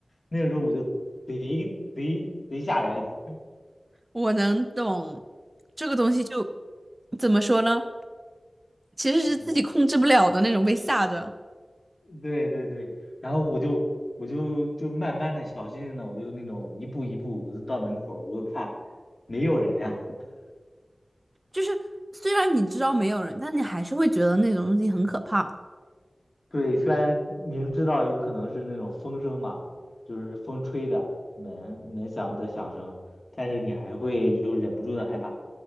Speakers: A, on the left (about 50°); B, on the right (about 25°).
A: 那个时候我就贼贼贼吓人。<laughs>
B: 我能懂这个东西就怎么说呢？其实是自己控制不了的那种被吓着，
A: 嗯对对对，然后我就我就就慢慢的、小心心的，我就那种一步一步，我就到门口，我就看，没有人呀。<laughs>
B: 就是虽然你知道没有人，但你还是会觉得那种东西很可怕。
A: 对，虽然明知道有可能是那种风声嘛，就是风吹的门门响的响声，但是你还会就忍不住的害怕。